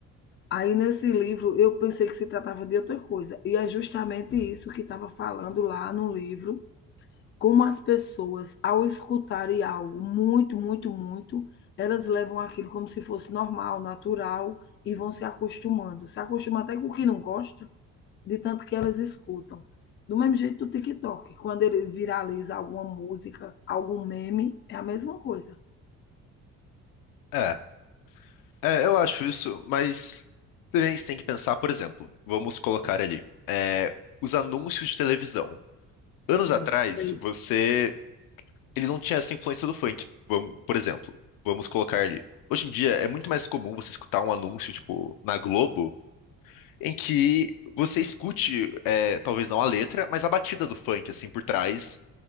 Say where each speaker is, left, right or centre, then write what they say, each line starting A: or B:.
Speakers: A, on the left; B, on the left.
A: Aí nesse livro eu pensei que se tratava de outra coisa, e é justamente isso que estava falando lá no livro, como as pessoas, ao escutarem algo muito, muito, muito, elas levam aquilo como se fosse normal, natural, e vão se acostumando. Se acostumam até com o que não gosta, de tanto que elas escutam. Do mesmo jeito do TikTok, quando ele viraliza alguma música, algum meme, é a mesma coisa.
B: É, é, eu acho isso, mas também você tem que pensar, por exemplo, vamos colocar ali, é, os anúncios de televisão. Anos
A: Sim,
B: atrás,
A: sei.
B: você, ele não tinha essa influência do funk, vamos- por exemplo, vamos colocar ali. Hoje em dia é muito mais comum você escutar um anúncio, tipo, na Globo em que você escute, é, talvez não a letra, mas a batida do funk, assim, por trás